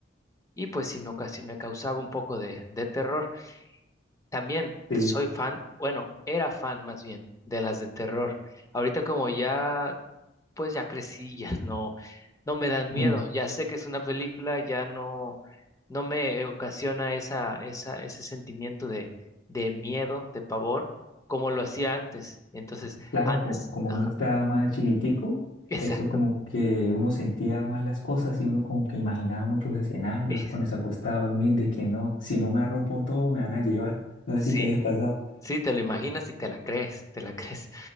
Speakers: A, on the left; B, on the left.
A: y pues sí me, ocasi- me causaba un poco de, de terror. También
B: sí.
A: soy fan, bueno, era fan más bien de las de terror. Ahorita como ya pues ya crecí, ya no, no me dan miedo,
B: Ujú.
A: ya sé que es una película, ya no, no me ocasiona esa, esa, ese sentimiento de, de miedo, de pavor, como lo hacía antes. Entonces,
B: Claro,
A: antes,
B: co- como,
A: ajá,
B: uno estaba más chiquitico,
A: exacto,
B: eso como que uno sentía más las cosas y uno como que imaginaba muchos escenarios
A: <laughs>
B: cuando se acostaba a dormir de que no, si no me arropo todo me van a llevar. No
A: sí,
B: sé si te haya pasado.
A: sí, te lo imaginas y te la crees, te la <laughs> crees.